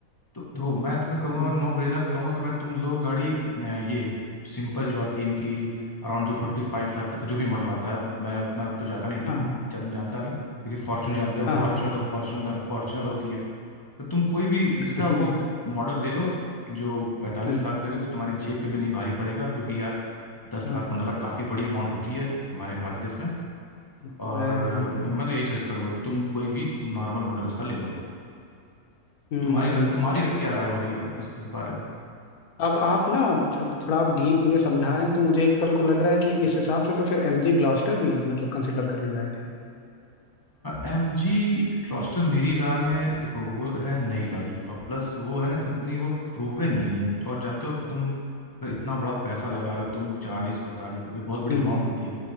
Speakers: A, on the left (about 15°); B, on the left (about 80°).
A: तो देखो मैं तुम्हें कहूंगा
B: हम्म,
A: नो ब्रेनर कहूंगा कि मैं तुम लोग गाड़ी अ, ये सिंपल जो आती है इनकी अराउंड जो फोर्टी फाइव लाख तक जो भी मॉडल आता है मैं उतना तो जाता नहीं डी-
B: हाँ हाँ
A: जान, जानता नहीं क्योंकि फॉर्च्यून जानते हो
B: हाँ
A: फॉर्च्यूनर
B: हाँ
A: तो फॉर्च्यूनर फॉर्च्यूनर होती है तो तुम कोई भी इसका
B: <laughs>
A: वो
B: नहीं सही
A: मॉडल ले लो जो पैंतालीस
B: हम्म
A: लाख तक है क्योंकि तुम्हारी जेब पे भी नहीं भारी पड़ेगा क्योंकि यार दस
B: हाँ
A: लाख पंद्रह लाख काफ़ी बड़ी अमाउंट होती है हमारे भारत देश में
B: ये तो
A: और
B: है ये तो
A: अ, मैं
B: है
A: तो यही सजेस्ट करूंगा कि तुम कोई भी नॉर्मल मॉडल उसका ले लो
B: हम्म
A: तुम्हारी तुम्हारी क्या राय हो रही है इस इस बारे में
B: अब आप ना अब अब थोड़ा आप डीप मुझे समझा रहे हैं तो मुझे एक पल को लग रहा है कि इस हिसाब से तो फिर एमजी ग्लॉस्टर भी मतलब कंसिडर करने लायक है
A: एम जी क्लॉस्टर मेरी राय में देखो वो है नई गाड़ी और प्लस वो है ना कि उतनी वो प्रूवन नहीं है और जानते हो तुम इतना बड़ा पैसा लगा रहे हो तुम चालीस पैंतालीस ये बहुत बड़ी
B: हम्म
A: अमाउंट होती है